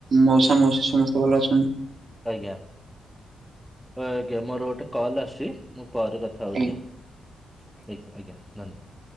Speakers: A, on the right; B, in the centre.
A: ମଉସା ମାଉସୀ ସମସ୍ତେ ଭଲ ଅଛନ୍ତି?
B: ଆଜ୍ଞା, ଆଜ୍ଞା ମୋର ଗୋଟେ କଲ ଆସଛି ମୁଁ ପରେ କଥା କଥା ହଉଛି
A: ଆଜ୍ଞା
B: ଆଜ୍ଞା, ଆଜ୍ଞା ଧନ୍ୟବାଦ।